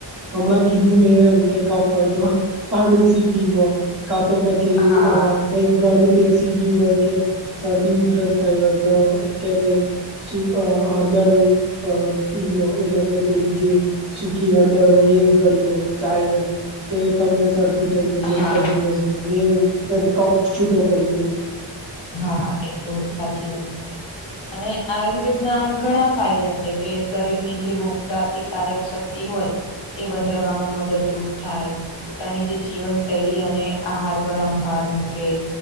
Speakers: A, on the right; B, on the left.
A: હમણાં કીધું મેં એમ કે કફ હોય તો આડુસી પીવો. કા તો પછી
B: હા
A: અ કઈક ગળું બેસી ગયું હોય કે શરદી ઉધરસ થઈ હોય તો કે કે સુકા હળદર અ પી લો એટલે કે પેલી જે સૂકી હળદર હોય એ ગળી લો ચાયને. તે તમને સરખું થઈ જશે
B: હા
A: એક જ દિવસમાં ને એવ એમ કફ છૂટો પડી જાય.
B: હા એ તો સાચી વાત. કીધી. અને આયુર્વેદના આમ ઘણા ફાયદા છે કે શરીરની જે રોગ પ્ર્રતિકારક શક્તિ. હોય એ વધારવામાં મદદરૂપ થાય. પોતાની જે જીવન શૈલી અને આહાર પરર આમ ભાર મૂકે